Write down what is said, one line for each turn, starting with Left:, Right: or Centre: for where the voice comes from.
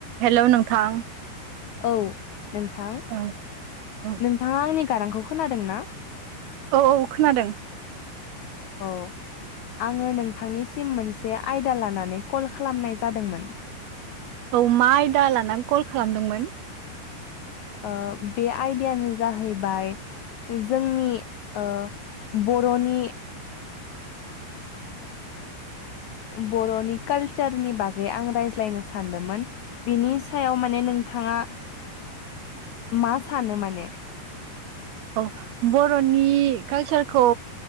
Right: हेल' नोंथां
Left: औ नोंथां
Right: औ औ
Left: नोंथाङा आंनि गारांखौ खोनादों ना
Right: औ औ खोनादों
Left: औ आङो नोंथांनिसिम मोनसे आयदा लानानै कल खालामनाय जादोंमोन
Right: औ मा आयदा लानानै कल खालामदोंमोन
Left: ओ बे आयदायानो जाहैबाय जोंनि ओ बर'नि बर'नि कालचारनि बागै आं रायज्लायनो सानदोंमोन बिनि सायाव माने नों थाङा मा सानो माने
Right: औ बर'नि कालचारखौ